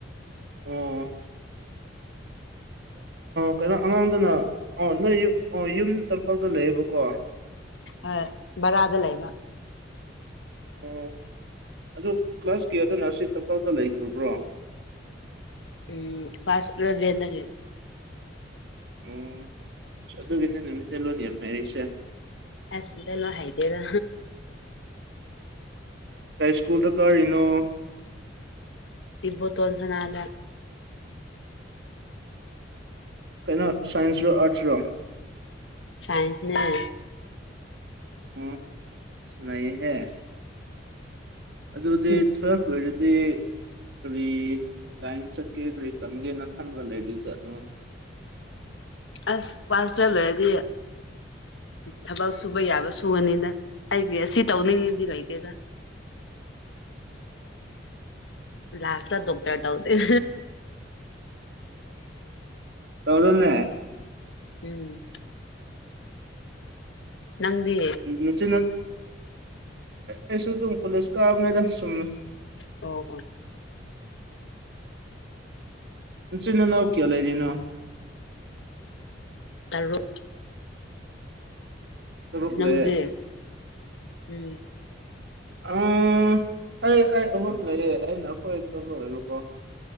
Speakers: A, on the right; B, on the left.
A: ꯎꯝ ꯀꯩꯅꯣ ꯑꯉꯥꯡꯗꯅ ꯑ ꯅꯣꯏ ꯌꯨꯝ ꯇꯄꯥꯛꯇ ꯂꯩꯌꯦꯕꯀꯣ
B: ꯍꯣꯢ ꯕꯥꯔꯥꯗ ꯂꯩꯕ
A: ꯑꯣ ꯑꯗꯨ ꯀ꯭ꯂꯥꯁ ꯀꯌꯥꯗ ꯅꯁꯥꯔꯤ ꯇꯝꯄꯥꯛꯇ ꯂꯩꯈ꯭ꯔꯕ꯭ꯔꯣ
B: ꯎꯝ ꯀ꯭ꯂꯥꯁ ꯑꯦꯂꯕꯦꯟ ꯗꯒꯤ
A: ꯑꯣ ꯑꯗꯨꯒꯤꯅꯤꯅꯦ ꯃꯤꯇꯩ ꯂꯣꯟ ꯌꯥꯝ ꯍꯩꯔꯤꯁꯦ
B: ꯑꯁ ꯃꯤꯇꯩ ꯂꯣꯟ ꯍꯩꯇꯦꯗ
A: ꯀꯥꯏ ꯁꯀꯨꯜꯗ ꯀꯥꯔꯤꯅꯣ
B: ꯏꯕꯣꯇꯣꯟ ꯁꯥꯅꯗ
A: ꯀꯩꯅꯣ ꯁꯥꯏꯟꯁꯔꯣ ꯑꯥꯔꯠꯁꯔꯣ
B: ꯁꯥꯏꯟꯁꯅꯦ
A: ꯎꯝ ꯅꯩꯌꯦꯍꯦ ꯑꯗꯨꯗꯤ
B: ꯎꯝ
A: ꯇꯨꯌꯦꯜꯞ ꯂꯣꯢꯔ ꯗꯤ ꯀꯔꯤ ꯂꯥꯏꯟ ꯆꯠꯀꯦ ꯀꯔꯤ ꯇꯝꯒꯦꯅ ꯈꯟꯕ ꯂꯩꯔꯤꯖꯥꯠꯅꯣ
B: ꯑꯁ ꯀ꯭ꯂꯥꯁ ꯇꯨꯋꯦꯜꯞ ꯂꯣꯏꯔꯗꯤ ꯊꯕꯛ ꯁꯨꯕ ꯌꯥꯕ ꯁꯨꯒꯅꯤꯗ ꯑꯩꯒꯤ ꯑꯁꯤ ꯇꯧꯅꯤꯡꯉꯤꯗꯤ ꯂꯩꯇꯦꯗ ꯂꯥꯁꯇ ꯗꯣꯛꯇꯔ ꯇꯧꯗꯣꯢ
A: ꯇꯧꯔꯣꯅꯦ
B: ꯎꯝ ꯅꯪꯗꯤ
A: ꯅꯥꯆꯤꯟ ꯅ ꯑꯩꯁꯨ ꯑꯗꯨꯝ ꯀꯣꯂꯦꯖ ꯀꯥꯕꯅꯤꯗ ꯁꯨꯝꯅ
B: ꯑꯣ ꯑꯣ
A: ꯅꯆꯤꯟ ꯅꯅꯥꯎ ꯀꯌꯥ ꯂꯩꯔꯤꯅꯣ
B: ꯇꯔꯨꯛ
A: ꯇꯔꯨꯛ
B: ꯅꯪꯗꯤ
A: ꯂꯤꯌꯦ
B: ꯎꯝ
A: ꯎꯝ ꯑꯩ ꯑꯩ ꯑꯍꯨꯝ ꯂꯩꯌꯦ ꯑꯩꯅ ꯑꯩꯈꯣꯏ ꯑꯇꫭꯝꯕ ꯑꫭꯏꯕ ꯀꯣ